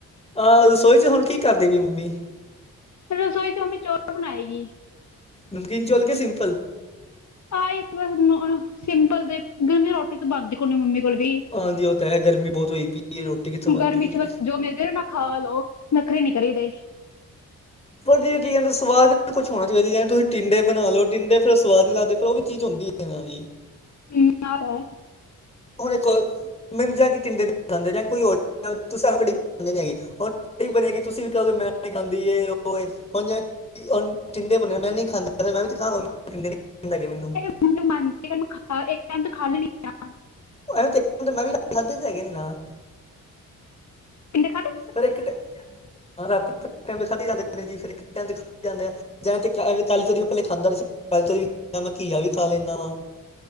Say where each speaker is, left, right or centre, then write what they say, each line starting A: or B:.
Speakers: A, on the left; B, on the left.
A: ਆਹ ਰਸੋਈ 'ਚ ਹੁਣ ਕੀ ਕਰਦੀ ਪਈ ਆ ਮੰਮੀ।
B: ਫਿਰ ਰਸੋਈ 'ਚ ਮੰਮੀ ਚੋਲ ਬਣਾਏਗੀ।
A: ਨਮਕੀਨ ਚੌਲ ਕੇ ਸਿੰਪਲ।
B: ਆ ਹੀ ਬ ਸਿੰਪਲ ਤੇ ਗਰਮੀ ਰੋਟੀ ਤੋਂ ਬਣਦੀ ਕੋ ਨੀ ਮੰਮੀ ਕੋਲ ਵੀ।
A: ਹਾਂਜੀ ਉਹ ਤਾਂ ਹੈ ਗਰਮੀ ਬਹੁਤ ਹੋਈ ਪਈ ਰੋਟੀ ਕਿੱਥੋਂ ਬਣਦੀ
B: ਗਰਮੀ
A: ਹੈ
B: 'ਚ
A: ਜੀ
B: ਜੋ ਮਿਲ ਜੇ ਨਾ ਖਾ ਲਓ ਨੱਖਰੇ ਨੀ ਕਰੀਦੇ।
A: ਪਰ ਜੇ ਕੀ ਕਹਿੰਦਾ ਸਵਾਦ ਕੁਛ ਹੋਣਾ ਚਾਹੀਦਾ ਜੇ ਤੁਸੀਂ ਟਿੰਡੇ ਬਣਾ ਲਓ। ਟਿੰਡੇ ਫਿਰ ਸਵਾਦ ਨ ਲਗਦੇ ਫਿਰ ਉਹ ਵੀ ਚੀਜ਼ ਹੁੰਦੀ ਐ। ਇਹਨਾਂ ਦੀ
B: ਹਮ <unintelligible>
A: ਹੁਣ ਇੱਕ ਮਿਲ ਜਾਂ ਕਿਤੇ ਤਿੰਨ ਦਿਨ -ਦਿਨ ਰਹਿੰਦੇ ਜਾਂ ਕੋਈ ਹੋਰ ਸਾਨੂੰ ਉਡੀਕ ਦੀ ਨੀ ਹੈਗੀ। ਹੁਣ ਕੜੀ ਬਣੇਗੀ ਤੁਸੀਂ ਵੀ ਕਿਹਦੋ ਮੈਂ ਨੀ ਖਾਂਦੀ ਇਹ, ਉਹ, ਹੁਣ ਜਾ ਹੁਣ ਟੀਂਡੇ ਬਣੇ ਮੈਂ ਨਹੀਂ ਖਾਂਦਾ ਹੈਗਾ। ਮੈਂ ਵੀ ਦਿਖਾ <unintelligible> ਮੈਨੂੰ
B: ਮੇਰਾ ਮਨ ਸੀਗਾ ਮੈਂ ਖਾ ਲਈ। ਇੱਕ ਟਾਈਮ ਤਾਂ ਖਾ ਲੈਨੀ ਆਂ।
A: ਇਹ ਤਾਂ ਇਕ ਟਾਇਮ ਮੈਂ ਵੀ ਖਾਧੇ ਤੇ ਹੈਗੇ ਨੀ ਨਾ।
B: ਟੀਂਡੇ ਖਾਧੇ।
A: ਫਿਰ ਇੱਕ ਟਾਈਮ ਰਾਤੀ ਕਿੰਨੇ ਖਾਧੇ ਜਾਂਦੇ ਨੇ ਜੀ। ਫਿਰ ਟਾਈਮ ਜਾਂਦੇ ਜਾਂ ਕਾਲੀ ਤੋਰੀ ਪਹਿਲੇ ਖਾਂਦਾ ਨੀ ਸੀ। ਕਾਲੀ ਤੋਰੀ ਵੀ ਮੈਂ ਘੀਆ ਵੀ ਖਾ ਲੈਂਣਾ ਵਾ।